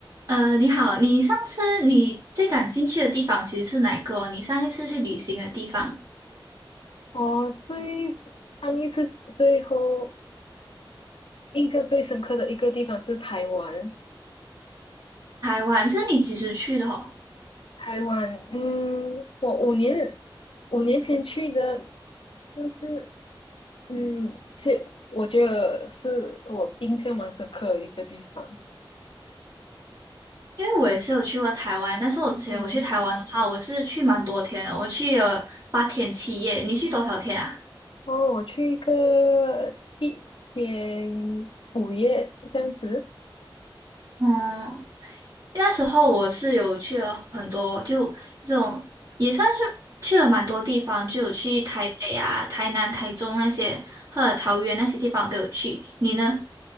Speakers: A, on the right (about 45°); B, on the left (about 80°).
A: 呃，你好，你上次你最感兴趣的地方其实是哪个哦你上一次去旅行的地方，
B: 我最 s- 上一次最后印象最深刻的一个地方是台湾，
A: 台湾，是你几时去的哦？
B: 台湾，嗯，我五年五年前去的，但是嗯，是我觉得是我印象蛮深刻的一个地方，
A: 因为我也是有去过台湾，但是我之前我去台湾的话，
B: 嗯，
A: 我是去蛮多天的，我去了八天七夜。你去多少天啊？
B: 哦，我去一个七天五月这样子，
A: 嗯，那时候我是有去了很多，就这种也算是去了蛮多地方，就有去台北啊、台南、台中那些，或者桃园那些地方都有去。你呢？